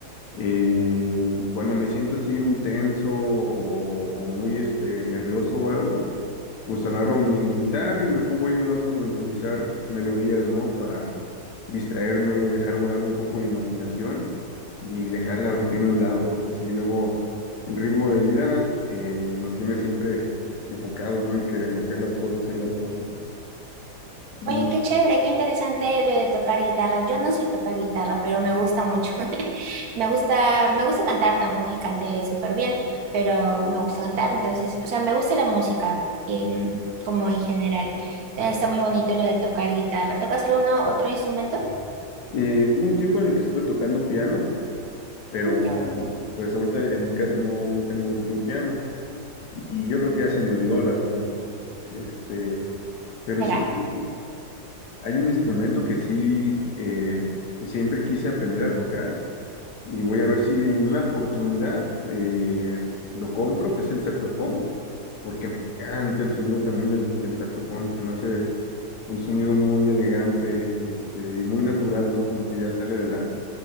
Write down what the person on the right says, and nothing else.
Oye, qué chévere, qué interesante lo de tocar guitarra. Yo no sé tocar guitarra, pero me gusta mucho. <laughs> Me gusta, me gusta cantar, tampoco es que cante súper bien, pero me gusta cantar, entonces, o sea, me gusta la música, em, como en general. Entonces, está muy bonito lo de tocar guitarra. ¿Tocas alguno otro instrumento?
Mm, qué bonito.
Será.